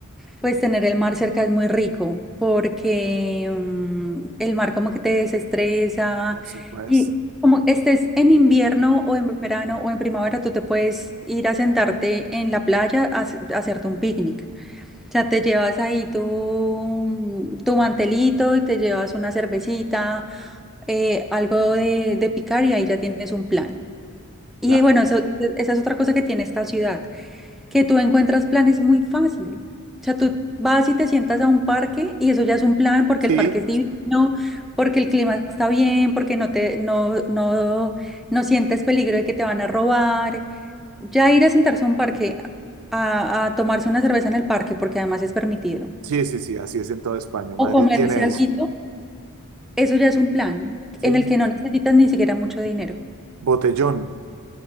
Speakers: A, in the centre; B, on the right.
A: pues tener el mar cerca es muy rico porque mm, el mar como que te desestresa
B: Por supuesto,
A: y como estés en invierno o en verano o en primavera, tú te puedes ir a sentarte en la playa a hac- a hacerte un picnic. Ya te llevas ahí tu, mm, tu mantelito y te llevas una cervecita, eh, algo de, de picar y ahí ya tienes un plan. Y
B: claro.
A: bueno, eso, e, esa es otra cosa que tiene esta ciudad, que tú encuentras planes muy fácil. O sea, tú vas y te sientas a un parque y eso ya es un plan porque
B: Sí,
A: el parque es divino, porque el clima está bien, porque no te, no, no, no sientes peligro de que te van a robar. Ya ir a sentarse a un parque a a tomarse una cerveza en el parque, porque además es permitido.
B: sí, sí, sí, así es en toda España. Madrid
A: O comerse
B: tiene eso,
A: algo, eso ya es un plan
B: sí.
A: en el que no necesitas ni siquiera mucho dinero.
B: Botellón.